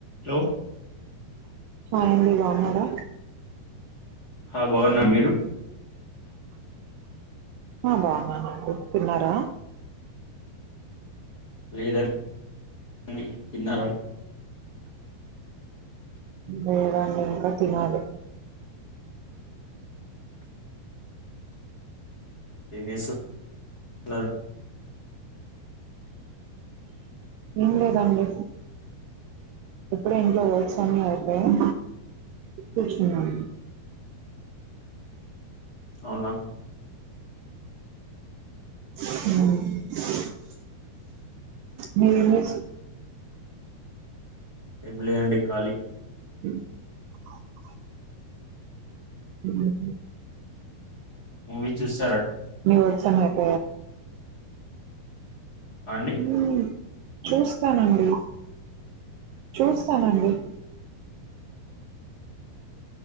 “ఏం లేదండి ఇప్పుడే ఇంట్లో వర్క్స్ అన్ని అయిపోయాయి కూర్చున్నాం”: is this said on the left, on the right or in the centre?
Right